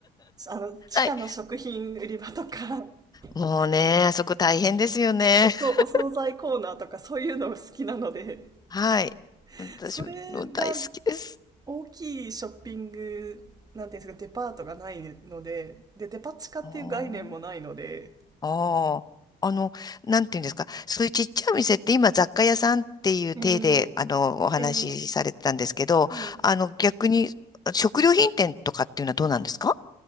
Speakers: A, on the right; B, on the left.
A: あの、地下の食品売り場とか、
B: はい。
A: <laughs>
B: もうね、あそこ大変ですよね。
A: おそ、
B: <laughs>
A: お惣菜コーナーとかそういうの好きなので、
B: はい。
A: <laughs>
B: 私も大好きです。
A: それが大きいショッピング、なんていうんですか、デパートがないので、で、デパ地下っていう概念もないので、
B: あーあー、あの、なんていうんですか。そういうちっちゃいお店って今雑貨屋さんっていう体で、
A: うん、
B: あの、お話しされてたんですけど、
A: ええ、はい。
B: あの、逆に食料品店とかっていうのはどうなんですか